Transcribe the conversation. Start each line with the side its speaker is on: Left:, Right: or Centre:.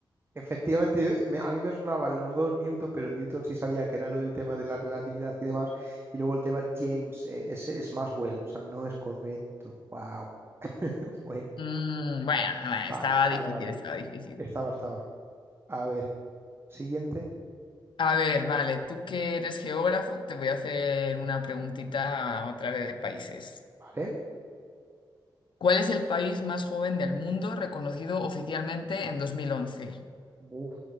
Right: Efectivamente, yo- me- a mí me sonaban los dos Newton, pero Newton sí sabía que era lo del tema de la relatividad y demás. Y luego el tema es James, eh, ese es Maxwell, o sea, no es correcto. Wow. <laughs> Bueno,
Left: Mm, bueno, bueno,
Right: Vale,
Left: estaba
Right: vale,
Left: difícil,
Right: vale.
Left: estaba difícil.
Right: estaba, estaba. A ver, siguiente,
Left: A ver, vale, tú que eres geógrafo, te voy a hacer una preguntita otra vez de países.
Right: ¿vale?
Left: ¿Cuál es el país más joven del mundo reconocido oficialmente en 2011?
Right: Uf,